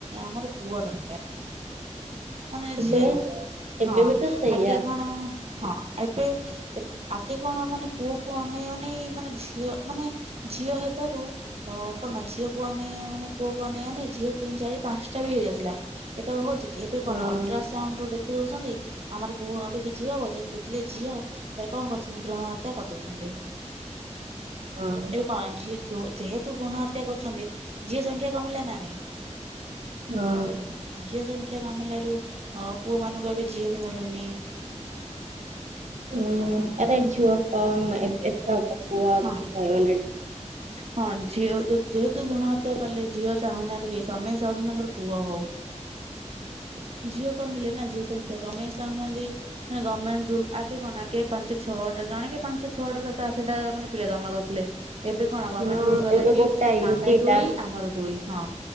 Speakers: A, on the right; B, on the right.
A: ଆମର ପୁଅ ଦରକାର୍ ମାନେ
B: ଏବେ
A: ଝିଅ
B: ଏବେ
A: ହଁ
B: ବି ତ ସେଇଆ
A: ଆଗେ କଣ ହଁ ଏବେ ଆଗେ କଣ ମାନେ ପୁଅକୁ ଅନେଇ ଅନେଇ ମାନେ ଝିଅ ମାନେ ଝିଅ ହେବାରୁ ଅ କଣ ଝିଅ କୁ ଅନେଇ ମାନେ ପୁଅ କୁ ଅନେଇ ଝିଅ ତିନି ଚାରି ପାଞ୍ଚଟା ବି ହେଇଯାଉଥିଲା। ଏବେ ହଉଛି କି ଏବେ କଣ
B: ହଁ
A: ଅଲଟ୍ରା ସ୍କା ସାଉଣ୍ଡୁ ଦେଖି ଦେଉଛନ୍ତି ଆମର ପୁଅ ହେବ କି ଝିଅ ହେବ ଯଦି ଦେଖିଲେ ଝିଅ କଣ କରଛନ୍ତି ଭୃଣ ହତ୍ୟା କରିଦେଉଛନ୍ତି।
B: ହଁ।
A: ଏବେ କଣ ହେଲା ଯେହେତୁ ଭୃଣ ହତ୍ୟା କରୁଛନ୍ତି ଝିଅ ସଂଖ୍ୟା କମିଲା ନା ନାଇଁ।
B: ହଁ।
A: ଝିଅ ସଂଖ୍ୟା କମିଲାରୁ ଅ ପୁଅ ମାନଙ୍କୁ ଏବେ ଝିଅ ବି ମିଳୁନି।
B: ହଁ
A: ହୁଁ।
B: ଆରେ ଝିଅ ପୁଅ
A: ହଁ
B: <unintelligible>
A: ହଁ ଝିଅ ଯେହେତୁ ଭୃଣ ହତ୍ୟା କଲେ ଝିଅ ଚାହୁଁନାହାନ୍ତି କେହି ସମସ୍ତେ ଚାହୁଁଛନ୍ତି ତାଙ୍କର ପୁଅ ହଉ। ଝିଅ କମିଲେ ନା ଝିଅ ସଂଖ୍ୟା ସମେୟୀ ଚାହୁଁନାହାନ୍ତି। ନାଁ ଗଭର୍ଣ୍ଣମେଣ୍ଟ ରୁଲ୍ ଆଗେ କଣ ଆଗେ ପାଞ୍ଚ ଛଅଟା ଜଣେ ପାଞ୍ଚ ଛଅଟା ସାତ ଆଠଟା ମାନେ ପିଲା ଜନ୍ମ କରୁଥିଲେ। ଏବେ କଣ ଗଭର୍ଣମେଣ୍ଟ୍
B: ହଁ
A: ରୁଲ୍ କଲା
B: ଏବେ
A: କି
B: ଗୋଟାଏ
A: ଆମେ
B: ଦିଟା
A: ଦୁଇ ଆମର ଦୁଇ। ହଁ